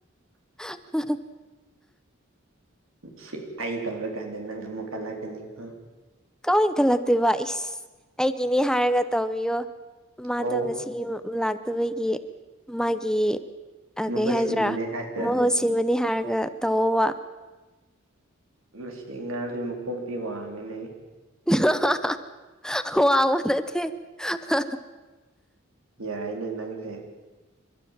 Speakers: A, in the centre; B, on the right (about 75°).
A: <unintelligible>
B: ꯁꯤ ꯑꯩ ꯇꯧꯔꯀꯥꯟꯗ ꯅꯪ ꯑꯃꯨꯛ ꯀꯜꯂꯛꯀꯥꯅꯤꯀꯣ
A: ꯀꯃꯥꯏꯟ ꯀꯠꯂꯛꯇꯣꯏꯕ ꯏꯁ ꯑꯩꯒꯤꯅꯤ ꯍꯥꯏꯔꯒ ꯇꯧꯕꯤꯌꯣ
B: ꯑꯣ
A: ꯃꯥꯗꯣ ꯉꯁꯤ ꯎꯝ ꯂꯥꯛꯇꯕꯒꯤ ꯃꯥꯒꯤ ꯑꯥ
B: ꯃꯍꯨꯠ
A: ꯀꯩ ꯍꯥꯏꯁꯦꯔꯥ
B: ꯁꯤꯟꯕꯅꯦ ꯍꯥꯏꯁꯤꯔꯥ
A: ꯃꯍꯨꯠ ꯁꯤꯟꯕꯅꯤ ꯍꯥꯏꯔꯒ ꯇꯧꯑꯣꯕ
B: ꯃꯁꯤ ꯑꯉꯥꯡꯁꯤ ꯃꯛꯀꯣꯛꯇꯤ ꯋꯥꯡꯉꯤꯅꯦ
A: ꯍꯥ ꯍꯥ ꯍꯥ ꯋꯥꯕ ꯅꯠꯇꯦ ꯍꯥ ꯍꯥ
B: ꯌꯥꯏꯅꯦ ꯅꯪꯁꯦ